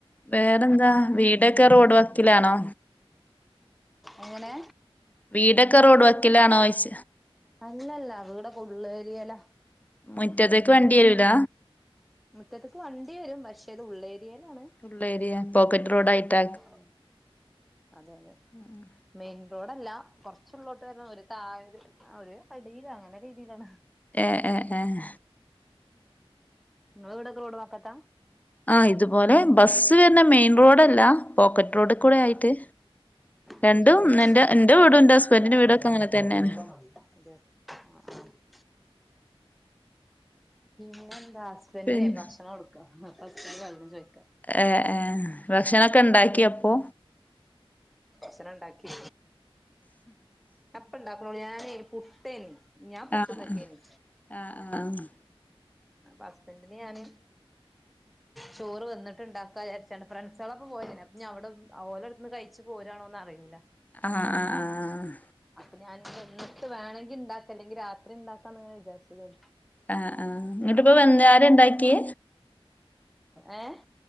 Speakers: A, on the left; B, in the centre.
A: വേറെന്താ വീടൊക്കെ റോഡ് വക്കിലാണോ
B: എങ്ങനെ
A: വീടൊക്കെ റോഡ് വക്കിലാണോഴിച്ച
B: അല്ലല്ല വീടൊക്കെ ഉള്ളേരിയല
A: മുറ്റത്തേക്ക് വണ്ടിരൂല
B: മുറ്റത്തക്ക് വണ്ടി വരും പക്ഷേ ഇത് ഉള്ളേരിയയിലാണ്
A: ഉള്ളേരിയ പോക്കറ്റ് റോഡ് ആയിട്ടാ
B: ഉം അതെ അതെ
A: ഉ ഉം
B: മെയിൻ റോഡല്ല കുറച്ച്ള്ളോട്ട് വരണം ഒരു താഴര് ഒര് അടിയില അങ്ങനെ രീതിയിലാണ്
A: ഏഹ് ഏഹ് ഏഹ്
B: ഉം ഇങ്ങളെ വീടൊക്കെ റോഡ് വക്കത്ത
A: ആഹ് ഇതുപോലെ ബസ്സ് വരുന്ന മെയിൻ റോഡല്ല പോക്കറ്റ് റോഡിൽ കൂടെ
B: ആഹ്
A: ആയിട്ട്
B: ആഹ്
A: രണ്ടുംനന്നെ
B: തരൂലേ
A: എന്റെ വീടും എന്റെ ഹസ്ബൻഡിന്റെ
B: ചായ
A: വീടൊക്കെ
B: വേണ്ട
A: അങ്ങനെ തന്നെയാണ്
B: വെള്ളം മതി അതെയോ ആഹ് ആഹ് പിന്നെ എന്താ ഹസ്ബൻന്റിനെ
A: പിന്നെ
B: ഭക്ഷണം കൊടുക്കാ അപ്പം ഹസ്ബന്റ് വെള്ളം ചോയിക്കാ
A: ഏഹ് ഏഹ് ഭക്ഷണക്കെ ഉണ്ടാക്കി അപ്പോ
B: ഭക്ഷണണ്ടാക്കി ഞ്ഞാ ഇപ്പ ഇണ്ടാക്കണള്ളൂ ഞാനേ പുട്ടേനി ഞാൻ പുട്ട്ന്ന്ക്കേനി
A: ആഹ് ആഹ് ആഹ്
B: അപ്പൊ ഹസ്ബന്റിന് ഞാന് ചോറ് വന്നിട്ട്ണ്ടാക്കാ വിചാരിച്ചാണ് ഫ്രണ്ട്സളൊപ്പൊ പോയെതേനി അപ്പം അവിടെ ഓരോടടുത്ത്ന്ന് കഴിച്ചു പോരാണോന്ന് അറിയൂല്ല
A: ആഹ് ആഹ് ആഹ്
B: അപ്പൊ ഞാൻ വെന്നിട്ട് വേണങ്കിണ്ടാക്ക അല്ലെങ്കിൽ രാത്രിണ്ടാകാന്നങ്ങനെ വിചാരിച്ചതേനി
A: ആഹ് ആഹ് ഇങ്ങട്ടിപ്പ വന്നാരണ്ടാക്കിയ
B: ഏഹ്